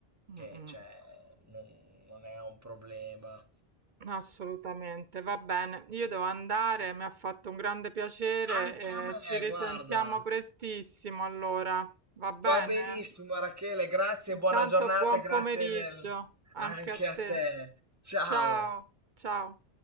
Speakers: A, on the right (about 55°); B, on the right (about 15°).
A: Mm,
B: che,
A: mm.
B: cioè, non non è un problema.
A: Assolutamente, va bene. Io devo andare, mi ha fatto un grande piacere
B: Anche a me,
A: e ci risentiamo
B: guarda.
A: prestissimo allora. Va bene?
B: Va benissimo, Rachele, grazie,
A: Intanto
B: buona giornata
A: buon
B: e grazie
A: pomeriggio
B: del...
A: anche
B: anche
A: a
B: a
A: te.
B: te. Ciao.
A: Ciao, ciao.